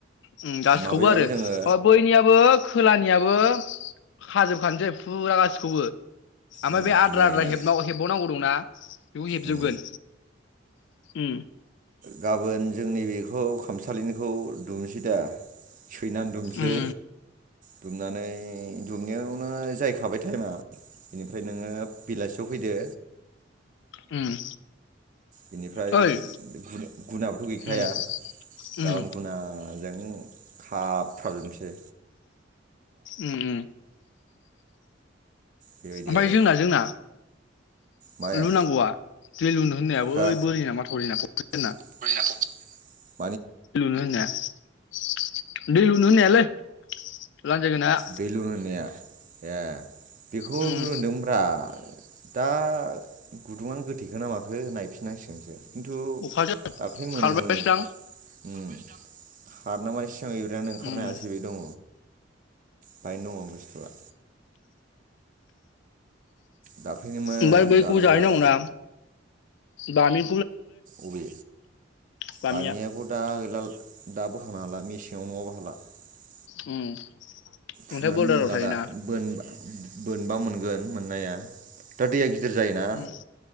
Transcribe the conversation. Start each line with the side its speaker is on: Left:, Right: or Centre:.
Left: उम गासिबखौबो
Right: माबायाव
Left: आरो
Right: जोङो
Left: ओ बैनियाबो खोलानिया ओ खाजोबखानोसै फुरा गासिखौबो ओमफ्राय
Right: उम
Left: बे आद्रा
Right: नै
Left: आद्रा
Right: नै
Left: हेबाव हेबबावांगौ दंना बेखौ हेबजोबगोन
Right: उम
Left: उम
Right: गाबोन जोंनि बे बेखौ खामसालिनिखौ दुमसै दा। सैनानै दुमसै।
Left: उम
Right: दुमनानै दुमनायावनो जायै खाबाय टाइमा। बिनिफ्राय नोङो बेलासियाव फैदो।
Left: उम।
Right: बेनिफ्राय
Left: ओइ
Right: गु गुुनाबोथ' गैखाया
Left: उम उम
Right: गाबोन गुनाजों खाफ्राब जोबसै।
Left: उ उ।
Right: बेबायदि
Left: ओमफाय
Right: आरो
Left: जोंना जोंना।
Right: माया
Left: लुनांगौआ दै लुनो होननाया बै
Right: हो
Left: बोरि ना माथावरि ना
Right: <inaudible>
Left: <unintelligible> लुनो होनाया। दै लुनो होननायालै लानजायगोन हाया
Right: दै लुनो होननाया। ए। बेखौ
Left: उम
Right: <unintelligible> दा गुदुङानो गोथेखो ना माखो नायफिन नांसिगोनसो। खिन्थु
Left: अखाजों
Right: दाख्लै मोनोमोन
Left: खारबायसोदां
Right: उम। खारनो माने <unintelligible> ओंखारनो
Left: उम
Right: हायासै बे दङ। बायनो दङ बुस्थुआ। दाख्लैनोमोन
Left: उमबाय बैखौबो
Right: जानांगौआ
Left: जाहै नांगौ ना। बामि।
Right: अबे
Left: बामिया
Right: बामियाखौ दा गैला दा बोखानो हाला मेसेङाव नङाबा हाला। <unintelligible>
Left: उम। अन्थाइ
Right: फुनानै
Left: बरदाराव
Right: मोनला
Left: थायोना
Right: दा बोन बोनबा मोनगोन मोननाया दा दैया <unintelligible> जायोना
Left: उम